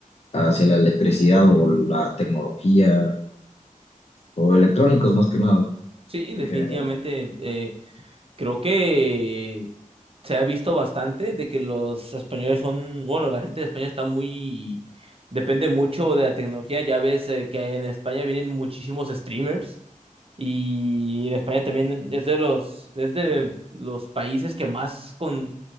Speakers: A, on the left; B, on the right.
A: hacia la electricidad o la tecnología o electrónicos más que nada
B: Sí, definitivamente.
A: en general.
B: eh, creo que se ha visto bastante de que los españoles son, bueno, la gente de España está muy, depende mucho de la tecnología. Ya ves eh, que en España vienen muchísimos streamers. Y en España también es de los, es de los países que más con,